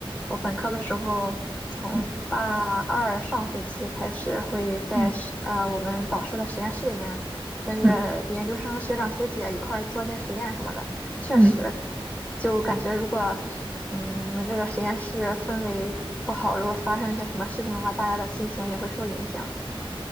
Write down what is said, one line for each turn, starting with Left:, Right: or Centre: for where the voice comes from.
Left: 我本科的时候，从大二上学期开始，
Centre: 嗯
Left: 会在实呃我们导师的实验室里面，
Centre: 嗯。
Left: 跟着研究生学长学姐一块儿做一些实验什么的。
Centre: 嗯
Left: 确实，
Centre: 嗯。
Left: 就感觉如果嗯我们这个实验室氛围不好，如果发生一些什么事情的话，大家的心情也会受影响。